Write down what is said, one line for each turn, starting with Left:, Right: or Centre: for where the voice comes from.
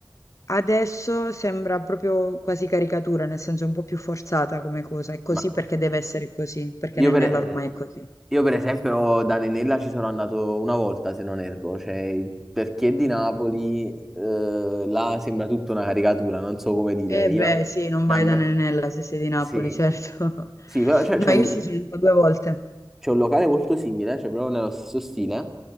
Left: Adesso sembra proprio quasi caricatura, nel senso un po' più forzata come cosa. È così
Centre: ma
Left: perché deve essere così, perché
Centre: io
Left: Nennella
Centre: per, eh,
Left: ormai è così.
Centre: io per esempio da Nenella ci sono andato una volta, se non erro, cioè per chi è di Napoli, eh, là sembra tutta una caricatura, non so come dire.
Left: Eh
Centre: Io,
Left: beh, sì, non
Centre: da
Left: vai
Centre: me,
Left: da Nennella se sei di Napoli,
Centre: sì,
Left: certo. <laughs>
Centre: sì, però cioè, c'è
Left: No,
Centre: un,
Left: io ci sono stata due volte.
Centre: c'è un locale molto simile, cioè proprio nello stesso stile,